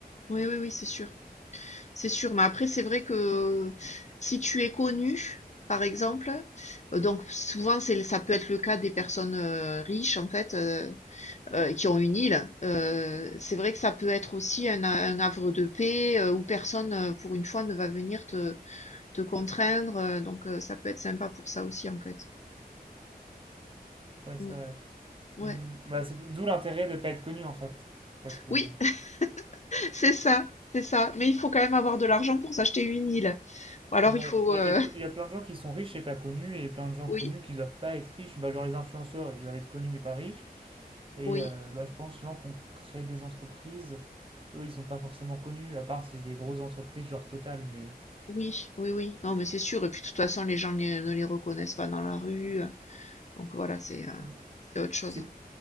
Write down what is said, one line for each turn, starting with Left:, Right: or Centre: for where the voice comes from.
Left: oui, oui, oui, c'est sûr, c'est sûr. Mais après, c'est vrai que si tu es connu, par exemple, euh, donc souvent c'est ça peut être le cas des personnes euh, riches en fait euh, euh, qui ont une île. euh, c'est vrai que ça peut être aussi un, a- un havre de paix euh, où personne euh, pour une fois ne va venir te te contraindre. euh, donc, euh, ça peut être sympa pour ça aussi, en fait.
Right: Ouais, c'est
Left: Mm,
Right: vrai.
Left: ouais.
Right: Hum, bah, c'est d'où l'intérêt de pas être connu en fait. Parce que
Left: Oui,
Right: bon.
Left: <laughs> c'est ça, c'est ça. Mais il faut quand même avoir de l'argent pour s'acheter une île. Ou alors,
Right: Ouais,
Left: il faut.
Right: bah,
Left: euh,
Right: il y a, ple-
Left: <laughs>
Right: il y a plein de gens qui sont riches et pas connus, et plein de gens
Left: Oui,
Right: connus qui doivent pas être riches. Bah, genre les influenceurs, ils doivent être connus mais pas riches. Et
Left: oui,
Right: euh, bah, je pense les gens qui ont créé des entreprises, eux, ils sont pas forcément connus, à part si c'est des grosses entreprises genre Total, mais.
Left: oui, oui, oui. Non, mais c'est sûr. Et puis, de toute façon, les gens ne ne les reconnaissent pas dans la rue. euh, Donc, voilà, c'est euh,
Right: Mm.
Left: c'est autre chose.
Right: C'est